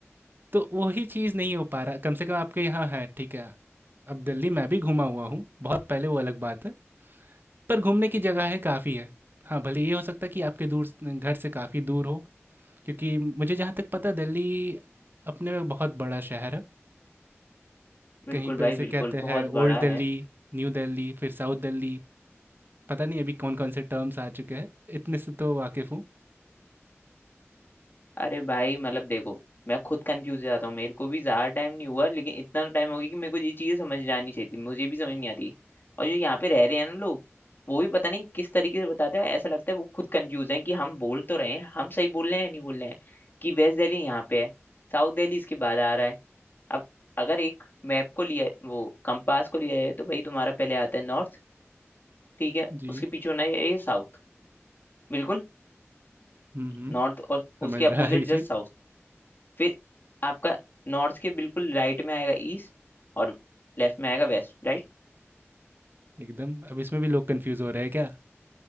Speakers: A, on the right; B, on the left.
A: तो वही चीज़ नहीं हो पा रहा कम से कम आपके यहाँ है ठीक है अब दिल्ली मैं भी घूमा हुआ हूँ बहुत पहले वो अलग बात है पर घूमने की जगह है काफ़ी है हाँ भले ये हो सकता है कि आपके दूर घर से काफ़ी दूर हो क्योंकि मुझे जहाँ तक पता है, दिल्ली अपने में बहुत बड़ा शहर है
B: बिल्कुल
A: कहीं पे
B: भाई
A: इसे
B: बिल्कुल
A: कहते
B: बहुत
A: हैं
B: बड़ा
A: ओल्ड दिल्ली
B: है
A: न्यू दिल्ली फिर साउथ दिल्ली पता नहीं अभी कौन कौन से टर्म्स आ चुके हैं इतने से तो वाकिफ़ हूँ
B: अरे भाई मतलब देखो मैं खुद कंफ्यूज हो जाता हूँ मेरे को भी ज्यादा टाइम नहीं हुआ लेकिन इतना टाइम हो गया कि मेरे को ये चीजें समझ जानी चाहिए थी मुझे भी समझ नहीं आती और जो यहाँ पे रह रहे हैं ना लोग वो भी पता नहीं किस तरीके से बताते हैं ऐसा लगता है वो खुद कंफ्यूज हैं कि हम बोल तो रहे हैं हम सही बोल रहे हैं या नहीं बोल रहे हैं कि वेस्ट दिल्ली यहाँ पे है साउथ दिल्ली इसके बाद आ रहा है अब अगर एक मैप को लिया वो कंपास को लिया जाए तो भाई तुम्हारा पहले आता है नॉर्थ ठीक है
A: जी
B: उसके पीछे होना है ये साउथ बिल्कुल
A: हम्म हम्म,
B: नॉर्थ और
A: समझ
B: उसके अपोजिट
A: रहा है ये चीज़
B: जस्ट साउथ फिर आपका नॉर्थ के बिल्कुल राइट में आएगा ईस्ट और लेफ्ट में आएगा वेस्ट राइट
A: एकदम अब इसमें भी लोग कंफ्यूज हो रहे हैं क्या